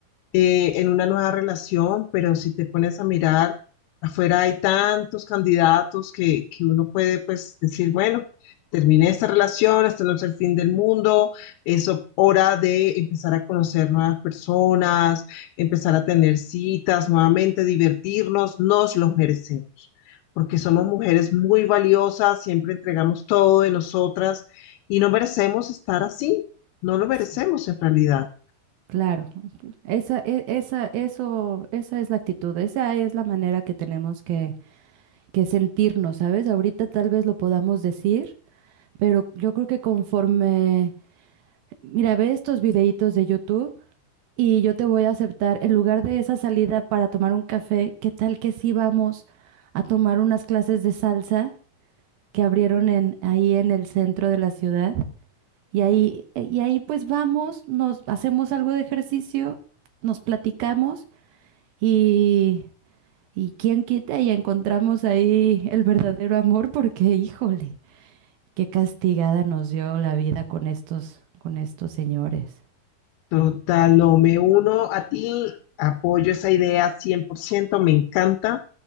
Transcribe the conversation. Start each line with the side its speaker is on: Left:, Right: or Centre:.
Left: eh, en una nueva relación, pero si te pones a mirar, afuera hay tantos candidatos que, que uno puede pues decir, bueno, terminé esta relación, esto no es el fin del mundo, es ho- hora de empezar a conocer nuevas personas, empezar a tener citas, nuevamente divertirnos, nos los merecemos. porque somos mujeres muy valiosas, siempre entregamos todo de nosotras y no merecemos estar así, no lo
Right: Eso.
Left: merecemos en realidad.
Right: Claro, esa, e- esa, eso, esa es la actitud, esa es la manera que tenemos que, que sentirnos, ¿sabes? Ahorita tal vez lo podamos decir, Pero yo creo que conforme, mira, ve estos videitos de YouTube y yo te voy a aceptar, en lugar de esa salida para tomar un café, ¿qué tal que sí vamos a tomar unas clases de salsa que abrieron en, ahí en el centro de la ciudad? Y ahí, y ahí pues vamos, nos hacemos algo de ejercicio, nos platicamos y, y quién quita y encontramos ahí el verdadero amor, porque híjole. Qué castigada nos dio la vida con estos, con estos señores.
Left: Total, no, me uno a ti, apoyo esa idea 100%, me encanta,